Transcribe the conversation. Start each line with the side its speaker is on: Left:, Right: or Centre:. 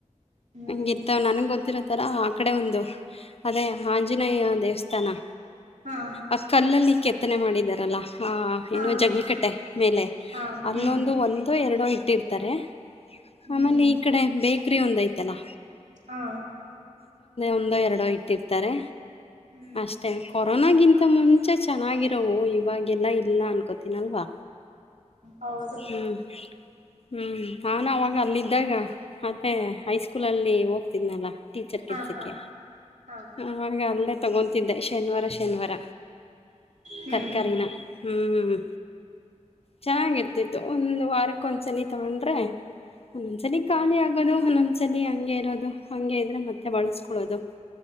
Right: ಹ್ಮ್
Left: ಹಿರ್ತವೆ ನನಗೆ ಗೊತ್ತಿರತ್ತೆ ಆ ತರ ಆ ಕಡೆ ಒಂದು ಅದೇ ಆಂಜನೇಯ ದೇವಸ್ಥಾನ
Right: ಹಾ
Left: ಆ ಕಲ್ಲಲ್ಲಿ ಕೆತ್ತನೆ ಮಾಡಿದಾರಲ್ಲಾ ಹಾ
Right: ಹಾ
Left: ಏನ್ನು ಜಗ್ಲಿಕಟ್ಟೆ ಮೇಲೆ
Right: ಹಾ
Left: ಅಲ್ಲೊಂದು
Right: ಹ್ಮ್
Left: ಒಂದೋ ಎರಡೋ ಇಟ್ಟಿರ್ತಾರೆ
Right: ಹ್ಮ್
Left: ಆಮೇಲೆ
Right: ಹ್ಮ್
Left: ಈ ಕಡೆ ಬೇಕರಿ ಒಂದ್ ಆಯಿತಲ್ಲ
Right: ಹಾ
Left: ಒಂದ ಎರಡೋ ಇಟ್ಟಿರ್ತಾರೆ
Right: ಹ್ಮ್
Left: ಅಷ್ಟೇ ಕೊರೋನ ಗಿಂತ
Right: ಹ
Left: ಮುಂಚೆ ಚೆನ್ನಾಗಿರೋವು ಇವಾಗೆಲ್ಲ ಇಲ್ಲ ಅನ್ಕೋತೀನ್ ಅಲ್ವಾ
Right: ಹೌದು
Left: ಹ್ಮ್ ಹ್ಮ್ ನಾನ್ ಅವಾಗ ಅಲ್ಲಿದ್ ಇದಾಗ ಅತ್ತೇ ಹೈಸ್ಕೂಲಲ್ಲಿ ಹೋಗ್ತಿದ್ನಲ್ಲ ಟೀಚರ್
Right: ಹಾ
Left: ಕೆಲ್ಸಕ್ಕೆ
Right: ಹಾ ಹಾ
Left: ಆ ಅಲ್ಲೇ ತಗೊತಿದ್ದೆ ಶನಿವಾರ ಶನಿವಾರ
Right: ಹ್ಮ್
Left: ತರಕಿನ ಹ್ಮ್
Right: <inaudible>
Left: ಚೆನ್ನಾಗಿರ್ತಿತ್ತು ಒಂದ್ ವಾರಕ್ಕ ಒಂದ್ಸನಿ ತಗೊಂಡ್ರೆ ಒಂದ್ಸಲಿ ಖಾಲಿ ಆಗೋದು ಒದೊಂದ್ ಸಲಿ ಹಂಗೆ ಇರೋದು ಹಂಗೆ ಇದ್ರೆ ಮತ್ತೆ ಬಳಸ್ಕೊಳ್ಳೋದು